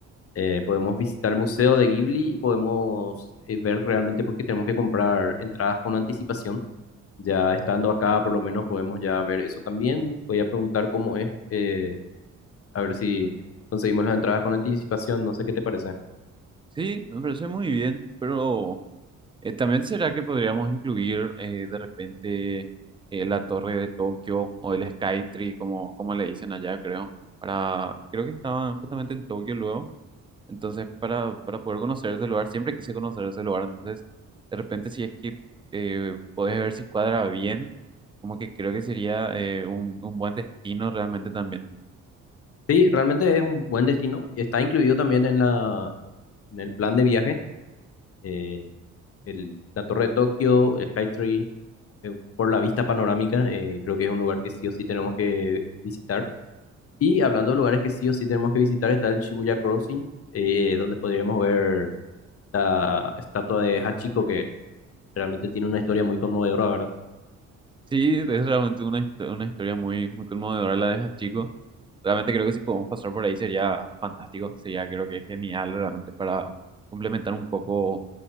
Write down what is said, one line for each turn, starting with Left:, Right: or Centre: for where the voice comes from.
Left: Eh, podemos visitar el Museo de Ghibli y podemos eh, ver realmente porque tenemos que comprar entradas con anticipación. Ya estando acá, por lo menos podemos ya ver eso también. Voy a preguntar cómo es, eh, a ver si conseguimos las entradas con anticipación. No sé qué te parece.
Right: Sí, me parece muy bien, pero Eh, también será que podríamos incluir eh, de repente eh, la Torre de Tokio o el Skytree, como, como le dicen allá, creo. Para, creo que estaban justamente en Tokio luego. Entonces, para, para poder conocer ese lugar, siempre quise conocer ese lugar. Entonces, de repente, si es que eh, podés ver si cuadra bien, como que creo que sería eh, un, un buen destino realmente también.
Left: Sí, realmente es un buen destino y está incluido también en la, en el plan de viaje, eh, el- la Torre de Tokio, el Skytree, eh, por la vista panorámica, eh, creo que es un lugar que sí o sí tenemos que visitar. Y hablando de lugares que sí o sí tenemos que visitar, está el Shibuya Crossing, eh, donde podríamos ver la estatua de Hachiko, que realmente tiene una historia muy conmovedora, ¿verdad?
Right: Sí, es realmente una, histo- una historia muy, muy conmovedora la de Hachiko. Realmente creo que si podemos pasar por ahí sería fantástico, sería creo que genial realmente para complementar un poco